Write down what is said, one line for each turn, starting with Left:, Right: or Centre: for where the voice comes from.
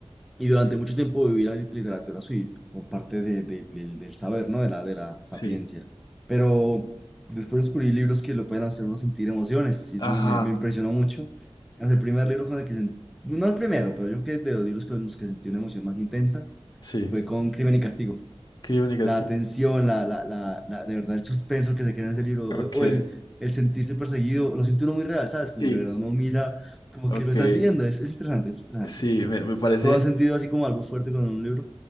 Centre: Y durante mucho tiempo viví la lit- literatura sí, por parte de, de- del del saber, ¿no? De la, de la sapiencia.
Left: sí.
Centre: Pero después descubrí libros que lo pueden hacer uno sentir emociones y
Left: Ajá,
Centre: eso me, me, me impresionó mucho. Es el primer libro con el que sentí, no el primero, pero yo creo que de los libros con los que sentí una emoción más intensa
Left: sí.
Centre: fue con Crimen y Castigo
Left: Crímenes
Centre: la atención, la, la, la, la- de verdad el suspenso que se crea en ese libro, o
Left: Ok,
Centre: o el, el sentirse perseguido, lo siente uno muy real, ¿sabes? Como
Left: Sí.
Centre: que de verdad uno mira, como
Left: ok.
Centre: que lo está siguiendo, es, es interesante, es interesante.
Left: Sí, me, me parece.
Centre: ¿Tú has sentido así como algo fuerte con un libro?